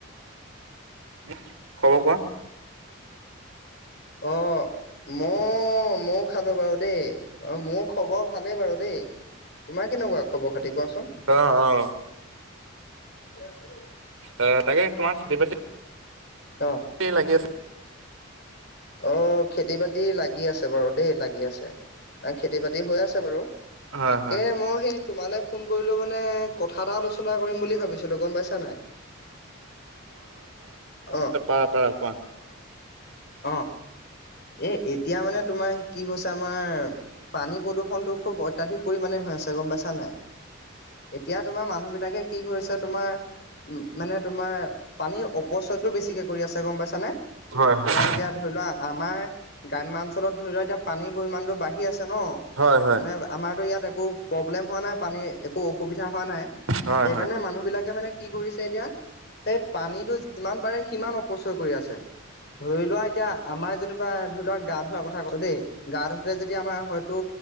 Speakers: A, on the right; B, on the left.
A: উ খবৰ কোৱা
B: অ ম মইয়ো খালো বাৰু দেই অ মোৰ খবৰ ভালেই বাৰু দেই তোমাৰ কেনেকুৱা খবৰ খাতি কোৱাচোন
A: অ অ
B: ভালেই ভালেই
A: অ তাকে তোমাৰ খেতি বাতি
B: অ
A: লাগি আছে
B: অ খেতি বাতি লাগি আছে বাৰু দেই লাগি আছে খেতি বাতি হৈ আছে বাৰু
A: হয়
B: তাকে
A: হয়।
B: মই সেই তোমালে। ফোন কৰিলো মানে কথা এটা আলোচনা কৰিম বুলি ভাবিছিলো গম পাইছা নাই আ
A: তা পৰা কোৱা
B: অ এ' এতিয়া মানে তোমাৰ কি হৈছে আমাৰ- পানী প্ৰদূৰণটো খুব অত্যাধিক পৰিমাণে হৈ আছে গম পাইছা নাই? এতিয়া তোমাৰ মানুহ বিলাকে কি কৰিছে তোমাৰ- উম' মানে তোমাৰ পানীৰ অপচয়টো বেছিকে কৰি আছে গম পাইছানে।
A: হয়-হয়।
B: মানে এতিয়া ধৰি লোৱা, আমাৰ গ্ৰাম্যাঞ্চলত ধৰি লোৱা, এতিয়া পানীৰ পৰিমাণতটো বাঢ়ি আছে ন'
A: হয় হয়
B: মানে- আমাৰতো ইয়াত একো প্ৰব্লেম হোৱা নাই, পানী একো অসুবিধা হোৱা নাই,
A: হয়
B: সেইকাৰণে
A: হয়
B: মানুহবিলাকে মানে কি কৰিছে এতিয়া এই পানীটো যিমান পাৰে সিমান অপচয় কৰি আছে। ধৰি লোৱা, এতিয়া আমাৰ যেনিবা ধৰি লোৱা গা ধোৱাৰ কথা কলো দেই। গা ধুওতে যদি আমাৰ হয়তো